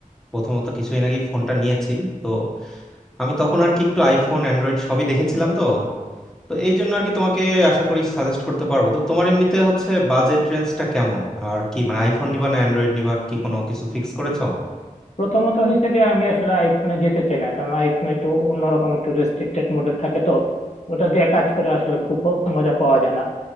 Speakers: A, in the centre; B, on the left.
A: প্রথমত কিছুদিন আগে ফোনটা নিয়েছি তো আমি তখন আর কি একটু আইফোন অ্যান্ড্রয়েড সবই দেখেছিলাম তো তো এই জন্য আর কি তোমাকে আশা করি সাজেস্ট করতে পারবো তো তোমার এমনিতে হচ্ছে বাজেট রেঞ্জটা কেমন আর কি মানে আইফোন নিবা না অ্যান্ড্রয়েড নিবা কি কোনো কিছু ফিক্স করেছো
B: প্রথমত হয়েছে কি আমি আসলে আইফোনে যেতে চাই না কারণ আইফোন একটু অন্যরকম একটু রেস্ট্রিক্টেড মোডে থাকে তো ওটা দিয়ে কাজ করে আসলে খুব মজা পাওয়া যায় না